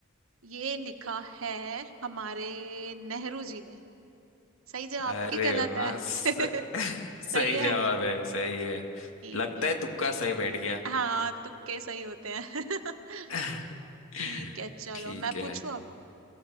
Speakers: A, on the right; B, on the left.
A: ये लिखा है हमारे नेहरू जी ने सही जवाब
B: अरे
A: की गलत
B: वाह
A: है
B: स-
A: <laughs>
B: <laughs>
A: सही
B: सही
A: है
B: जवाब है सही है
A: ठीक
B: लगता
A: है
B: है
A: ठीक
B: तुक्का सही बैठ गया
A: हाँ तुक्के सही होते हैं <laughs>
B: <laughs>
A: ठीक है चलो
B: ठीक
A: मैं पूछूं
B: है
A: अब